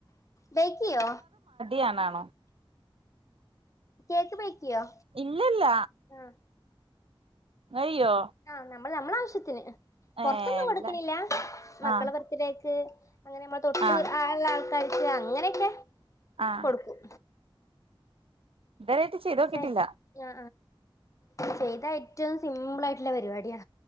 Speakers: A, on the left (about 35°); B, on the right (about 80°).
A: ബേക്കിയോ
B: യാനാണോ
A: കേക്ക് ബേക്കിയോ
B: ഇല്ലല്ല
A: ആഹ്
B: ഇങ്ങയ്യോ
A: ആഹ് ഞമ്മള് ഞമ്മളാവശ്യത്തിന്
B: ഏഹ്
A: പൊറത്തൊന്നും
B: ഇല്ല
A: കൊടുക്കണില്ല മക്കളെ
B: ആഹ്
A: ബർത്തഡേക്ക്‌ അങ്ങനെ മ
B: ആഹ്
A: ള്ള ആൾക്കാർക്ക് അങ്ങനെയൊക്കെ
B: ആഹ്
A: കൊടുക്കും
B: ഇതെരായിട്ട് ചെയ്തോക്കിട്ടില്ല
A: പക്ഷേ ആ ആ ചെയ്താ ഏറ്റവും സിമ്പിളായിട്ടുള്ള പരിപാടിയാ